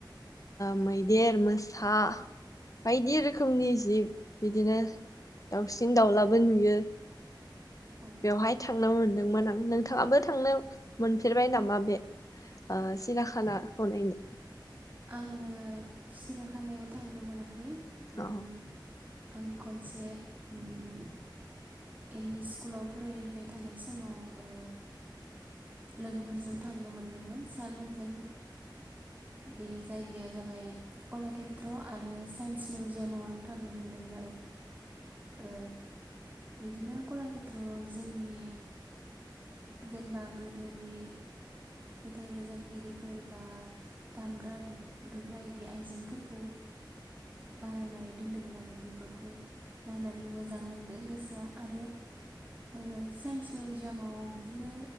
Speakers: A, on the left; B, on the right.
A: मैदेर मोसा बायदि रोखोमनि जिब बिदिनो दाउसिन दाउलाबो नुयो
B: औ
A: बेवहाय थांनो मोनदोंमोन आं नोंथाङाबो थांनो मोनफेरबाय नामा बे ओ सिराखानाखौ नायनो
B: आङो सिराखानायाव थांनो मोनाखै
A: औ
B: उम आं खनसे ओम एम इ स्कुलाव फरायबाय थानाय समाव ओ लोगोफोरजों थांनो मोनदोंमोन सारमोनजों बे जायगाया जाबाय कलाकेत्र आरो साइन्स मिउजियामाव आं थांनो मोनदोंमोन आरो ओ बिदिनो कलाकेत्रआव जोंनि जेनेबा गोदोनि मेथाइ रोजाबगिरिफोर बा दामग्रा दुग्रा बिदि आइजेंफोरखौ बानायनानै दोन्दोंमोन आरो बेफोरखौ नायनानै मोजां नांदों गोसोआ आरो ओ साइन्स मिउजियामाव बिदिनो